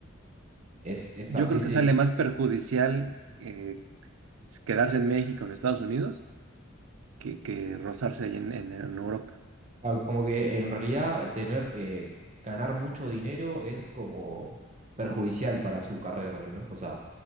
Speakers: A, on the right; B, on the right.
A: Es, es
B: yo
A: así,
B: creo
A: sí.
B: que sale más perjudicial eh, quedarse en México, en Estados Unidos, que, que rozarse ahí en en- en Europa.
A: Ah, Como que en realidad tener, eh, ganar mucho dinero es como perjudicial para su carrera también, ¿no? O sea,